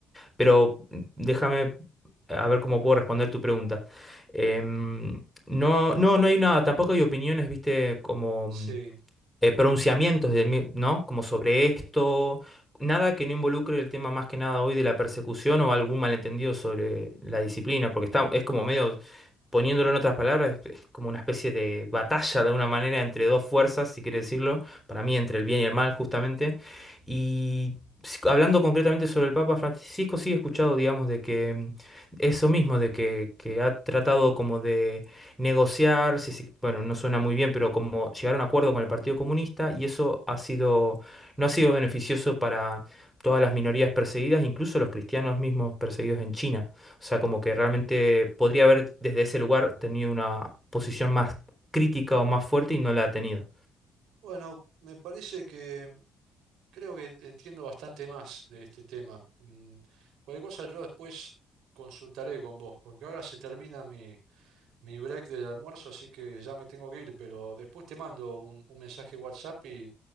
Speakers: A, in the centre; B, on the right.
A: pero déjame a ver cómo puedo responder tu pregunta. Em, no, no, no hay una, tampoco hay opiniones, viste, como
B: Sí.
A: eh, pronunciamientos de mi- ¿no? Como sobre esto, nada que no involucre el tema más que nada hoy de la persecución o algún malentendido sobre la disciplina, porque está, es como medio, poniéndolo en otras palabras, es, es como una especie de batalla de alguna manera entre dos fuerzas, si quiere decirlo, para mí entre el bien y el mal justamente. Y si- hablando concretamente sobre el Papa Francisco, sí he escuchado, digamos, de que mm, eso mismo, de que, que ha tratado como de negociar, si se- bueno, no suena muy bien, pero como llegar a un acuerdo con el Partido Comunista y eso ha sido, no ha sido beneficioso para todas las minorías perseguidas, incluso los cristianos mismos perseguidos en China. O sea, como que realmente podría haber desde ese lugar tenido una posición más crítica o más fuerte y no la ha tenido.
B: Bueno, me parece que creo que entiendo bastante más de este tema. Mm, Cualquier cosa yo después consultaré con vos, porque ahora se termina mi... mi break del almuerzo, así que ya me tengo que ir, pero después te mando un, un mensaje WhatsApp y,